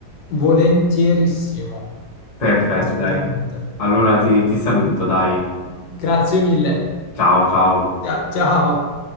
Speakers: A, on the left (about 70°); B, on the left (about 45°).
A: Volentierissimo,
B: Perfetto,
A: assolutamente.
B: dai. Allora ti, ti saluto, dai.
A: Grazie mille.
B: Ciao, ciao.
A: Ciao. ciao.